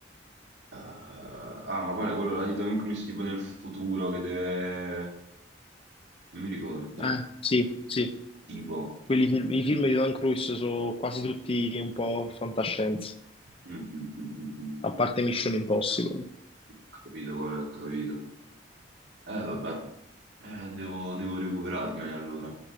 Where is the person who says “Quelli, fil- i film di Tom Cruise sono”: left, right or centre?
Left